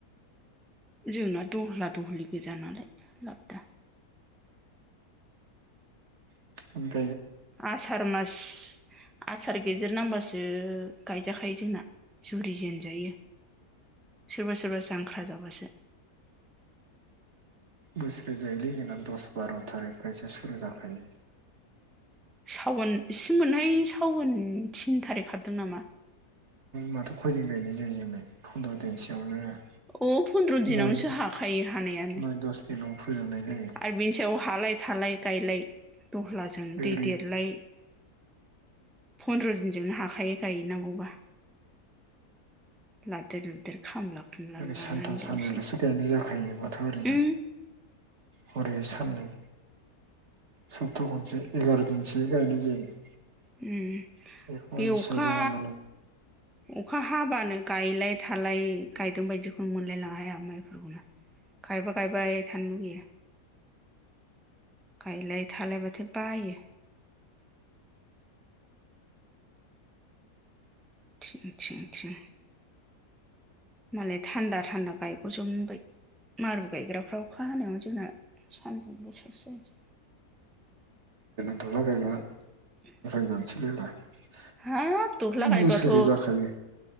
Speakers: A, in the centre; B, on the right.
A: जोंना दहला दहलि गोजा नालाय लाबदा।
B: <inaudible>
A: आसार मास। आसार गेजेर नांबासो गायजाखायो जोंना जुरि जेनजायो सोरबा सोरबा जांख्रा जाबासो।
B: बोसोर जायोलै जोंना दस बार' थारिखफायसो सुरु जाखायो।
A: सावोन इसे मोनहायो सावोन थिन थारिख हाबदों नामा।
B: माथो खयदिन गायनाय जायो जोंलाय फन्द्र' दिनसोयावनो।
A: अ फन्द्र दिनावनोसो
B: नय
A: हाखायो हानायानो
B: नय दस दिनावनो फोजोबनाय जायो
A: आरो बेनि सायाव हालाय थालाय। गायलाय। दहलाजों
B: ओरै
A: दै देरलाय। फन्द्र' दिनजोंनो हाखायो। गायनांगौबा। लादेर लुदेर खामला। खुमला
B: ओरै
A: लानानै
B: सानथाम सानब्रैल'सो
A: दसेनो
B: गायनाय जाखायो बाथौ आरिजों
A: उम
B: हरै साननै। सप्ता खनसे एगार' दिनसो गायनाय जायो।
A: उम
B: बेखौहाय
A: बे
B: बेसेबां
A: अखा
B: गोबाव मोनो
A: अखा हाबानो। गायलाय थालाय गायदों बायदिखौनो मोनलायलाङाहाय आंहा माइफोरखौनो गायबा गायबाय थानो लुुबैयो गायलाय थालायबाथाय बायो। थिं थिं थिं मालाय थान्दा थान्दा गायग'जोबबाय मारु गायग्राफ्राव अखा हानायाव जोंना सानदुंबासो जायो।
B: दला गायग्रा।
A: <unintelligible>
B: मोजानसैलै आरो <unintelligible>
A: हाब। दहला गायबाथ'
B: बोसोरै जाखायो।